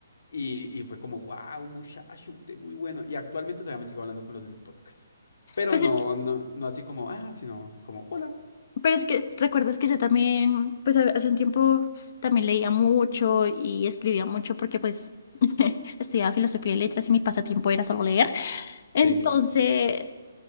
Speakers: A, on the left (about 70°); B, on the left (about 45°).
A: Y, y fue como, wow, muchacho, usted muy bueno. Y actualmente todavía me sigo hablando con los del podcast. Pero
B: Pues
A: no,
B: es que,
A: no, no así como, ah, sino como, hola.
B: pero es que recuerdas que yo también, pues ha- hace un tiempo también leía mucho y escribía mucho porque pues <laughs> estudiaba filosofía y letras y mi pasatiempo era solo leer. Entonces
A: Sí.